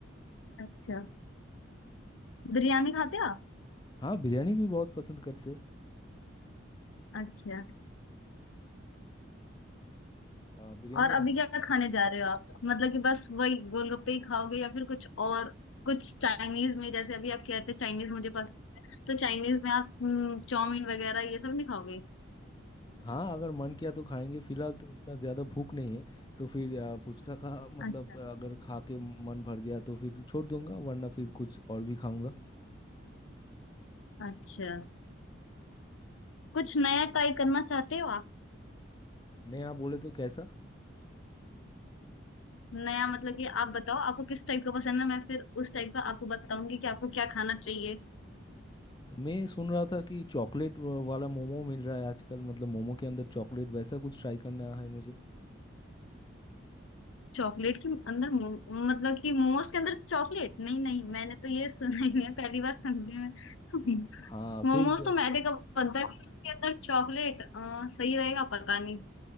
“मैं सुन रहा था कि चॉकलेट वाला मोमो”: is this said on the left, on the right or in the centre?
Left